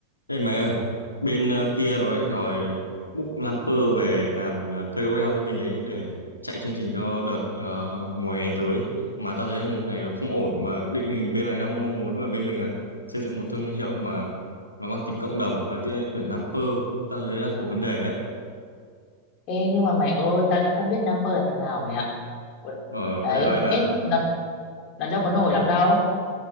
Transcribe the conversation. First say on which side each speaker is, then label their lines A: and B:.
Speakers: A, on the left; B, on the left.
A: Ê mày ơi, bên ờ, kia nó lại đòi book Lamper về làm ờ, KOL cho bên đấy để chạy chương trình cho đợt ờ, mùa hè tới. Mà tao thấy thằng này nó không ổn mà định hình bên này đang mong muốn ở bên mình là xây dựng một thương hiệu mà nó mang tính cộng đồng mà tia- tuyển Lamper tao thấy đang có vấn đề á.
B: Ê, nhưng mà mày ơi tao lại không biết Nam Pơ là thằng nào mày ạ Ủa,
A: Ở
B: đấy
A: đại loại là
B: ê lần lần đâu
A: ờ,
B: có nổi lắm đâu